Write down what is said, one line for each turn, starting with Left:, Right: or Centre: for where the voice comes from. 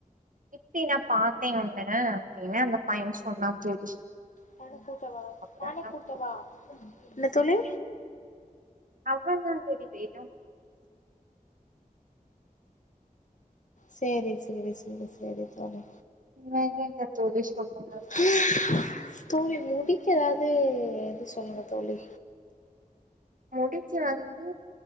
Right: அப்டி நான் பாத்தேன் உன்ன அப்டின்னு அந்த பையன் சொன்னா தோழி
Left: சானி கூட்டவா
Right: அவ்ளதா
Left: சானி கூட்டவா
Right: தோழி
Left: என்ன தோழி
Right: அவுங்கதா தோழி வேணும்
Left: சேரி சேரி சேரி சேரி தோழி
Right: வேற என்ன தோழி சொல்லுங்
Left: <unintelligible> தோழி முடிக்கு எதாவது இது சொல்லுங்க தோழி
Right: முடிக்கு வந்து